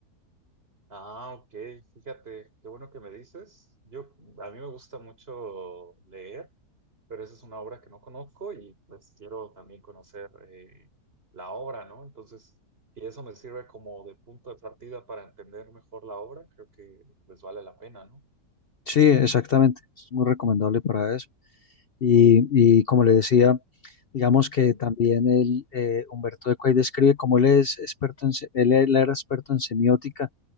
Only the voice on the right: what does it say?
Ah, ok, fíjate, qué bueno que me dices. Yo, a mí me gusta mucho leer, pero esa es una obra que no conozco y pues quiero también conocer eh, la obra, ¿no? Entonces, si eso me sirve como de punto de partida para entender mejor la obra, creo que pues vale la pena, ¿no?
Ujú,